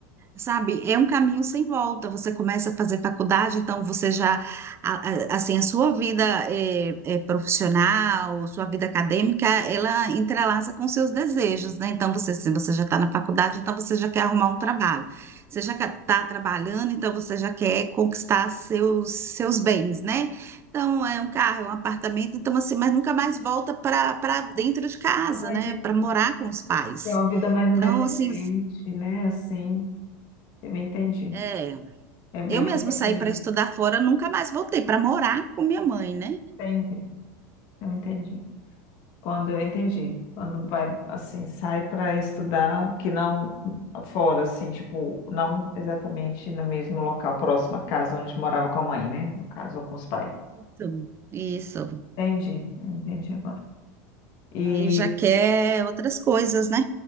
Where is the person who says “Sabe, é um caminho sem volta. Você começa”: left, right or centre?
Right